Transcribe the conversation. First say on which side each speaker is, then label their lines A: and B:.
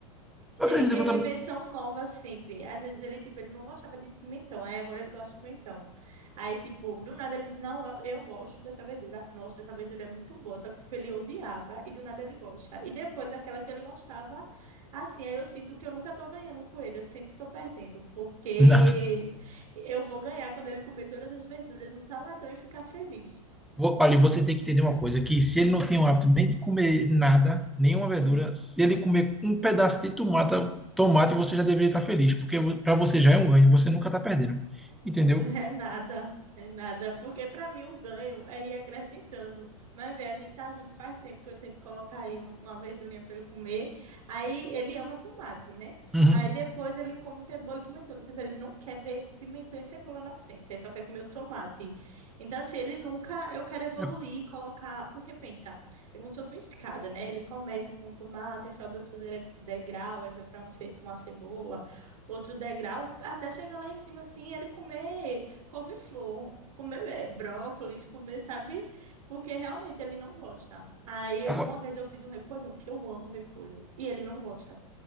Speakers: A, in the centre; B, on the right.
A: Eu
B: Ele
A: acredito
B: tem
A: que
B: uma
A: eu
B: invenção
A: tô...
B: nova sempre. Às vezes ele, tipo, ele não gostava de pimentão, aí agora ele gosta de pimentão. Aí, tipo, do nada ele diz, não, eu, eu gosto dessa verdura. Nossa, essa verdura é muito boa. Só que, tipo, ele odiava e do nada ele gosta. E depois aquela que ele gostava, assim, aí eu sinto que eu nunca tô ganhando com ele, eu sempre tô perdendo, porque
A: Não.
B: eu vou ganhar quando ele comer todas as verduras no saladão e ficar feliz.
A: vo- Olha, você tem que entender uma coisa, que se ele não tem o hábito nem de comer nada, nenhuma
B: Uhum.
A: verdura, se ele comer um pedaço de tomate, tomate você já deveria estar feliz, porque para você já é um ganho, você nunca está perdendo.
B: <laughs>
A: Entendeu?
B: É nada, é nada, porque para mim o ganho é ir acrescentando. Mas vê, a gente tá junto faz tempo que eu tento colocar aí um- uma verdurinha para ele comer. Aí ele ama tomate, né?
A: Uhum.
B: Aí depois ele come cebola e pimentão, depois ele não quer ver pimentão e cebola na frente, ele só quer comer o tomate. Então assim, ele nunca, eu quero evoluir,
A: É,
B: colocar, porque pensa, é como se fosse uma escada, né? Ele começa com o tomate, aí sobe outro dere- degrau, aí vai para um ce- uma cebola outro degrau, até chegar lá em cima, assim, ele comer couve-flor, comer eh, brócolis, comer, sabe? Porque realmente ele não gosta. Aí, eu-
A: Agora,
B: uma vez eu fiz um repolho, um que eu amo repolho, e ele não gosta.